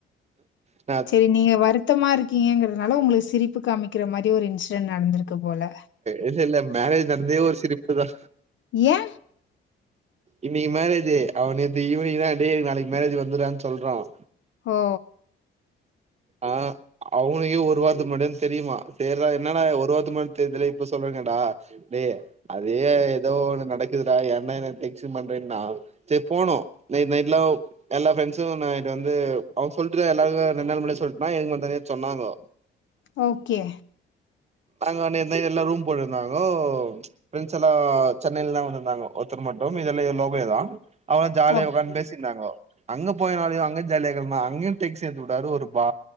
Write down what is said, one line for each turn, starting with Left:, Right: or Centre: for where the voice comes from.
Right: அ
Left: செரி நீங்க வருத்தமா இருக்கீங்கங்குறதுனால உங்ளுக் சிரிப்பு காமிக்ற மாரி ஒரு இன்ஸ்டன்ட் நடந்துருக்கு போல
Right: இல்ல இல்ல மேரேஜ் நட்ந்தே ஒரு சிரிப்பு தா
Left: ஏ
Right: இன்னிக்கு மேரேஜ்ஜி அவன் நேத்து ஈவ்னிங் தா டேய் நாளைக் மேரேஜு வந்துர்றான் சொல்றான்
Left: ஓ
Right: ஆ அவுனுக்கே ஒரு வார்த்துக் முன்னாடி தா தெரியுமா சேரி என்னடா ஒரு வார்த்துக் முன்னாடி தெர்துல இப்ப சொல்றானேடா டே அதே ஏதோ ஒண்ணு நடக்குதுடா ஏன்டா என்ன டென்சன் பண்றேன்னா சேர் போனோ நைட் நைட்லா எல்லா ஃப்ரெண்ட்ஸு நைட்டு வந்து அவுங் சொல்ட்டுதா எல்லார்க்கோ ரெண்டு நாள் முன்னடியே சொல்ட்ன்னா எங் வ தனியா சொன்னாங்கோ
Left: ஓக்கே
Right: நாங்க ஒண்டிந்தா எல்லா ரூம் போட்டுருந்தாங்கோ ப்ரெண்ட்ஸ் எல்லா சென்னைல்தா வந்துந்தாங்கோ ஒத்தரு மட்டோ மீதியெல்லா எ லோக்லேதா அவுங்ளா ஜாலியா
Left: ஓ
Right: உக்காந் பேசின்ர்ந்தாங்கோ அங்க போயுனாலயு அங்க ஜாலியாக்கர்னா அங்கியு டேன்சின் ஏத்தி உட்டாரு ஒரு பா